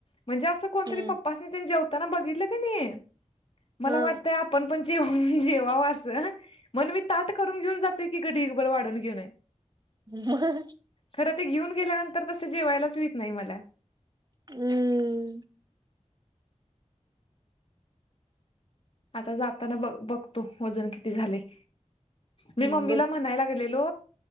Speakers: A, on the left (about 45°); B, on the right (about 35°).
A: म्हणजे असं कोण
B: हम्म,
A: तरी पप्पासनी तेन जेवताना बघितलं कणी मला
B: हा
A: वाटय आपण पण जेवा जेवावा असं म्हणून मी ताट करून घेऊन जातोय, की ग ढीग बरं वाढून घेऊन.
B: होय.
A: खरं ते घेऊन गेल्यानंतर तसं जेवायलाच हुईत नाही मला.
B: हम्म हम्म
A: आता जाताना ब बघतो वजन किती झालय! मी
B: हम्म
A: मम्मीला
B: बघ
A: म्हणायला गेलेलो.,